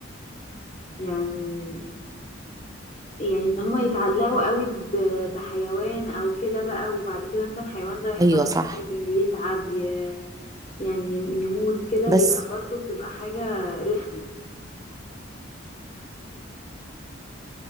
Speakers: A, on the left; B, on the right.
A: يعني يعني ان هما يتعلقوا قوي ب- بحيوان او كده بقى وبعد كده مثلا الحيوان ده يحصل
B: ايوه
A: له
B: صح
A: حاجة يتعب ي... يعني يم- يموت كده
B: بس
A: بيبقى برضه بتبقى حاجة رخمة